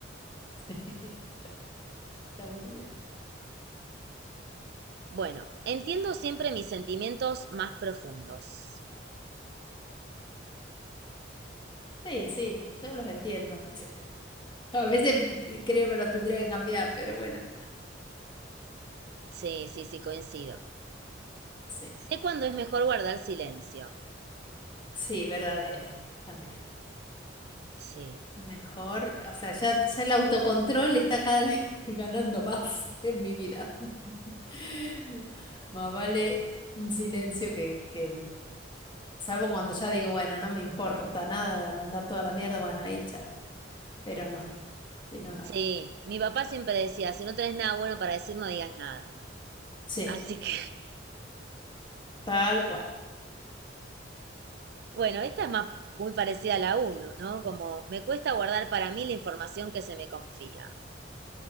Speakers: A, on the left (about 25°); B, on the right (about 60°).
A: <laughs> Está muy bien.
B: Bueno, entiendo siempre mis sentimientos más profundos.
A: Sí, sí, yo los entiendo. A veces t- creo que los tendría que cambiar, pero bueno.
B: Sí, sí, sí, coincido.
A: Sí,
B: Sé cuándo es mejor guardar silencio.
A: sí, verdadero. También.
B: Sí,
A: Mejor, o sea, ya, ya el autocontrol está cada vez <laughs> ganando más en mi vida. <laughs> Más vale un silencio que, que, salvo cuando ya digo, bueno, no me importa nada mandar toda la mierda, bueno, ahí ya. Pero no, si no, no.
B: sí, mi papá siempre decía, si no tenés nada bueno para decir, no digas nada.
A: Sí,
B: Así que,
A: tal cual.
B: <laughs> bueno, esta es más muy parecida a la uno, ¿no? Como me cuesta guardar para mí la información que se me confía.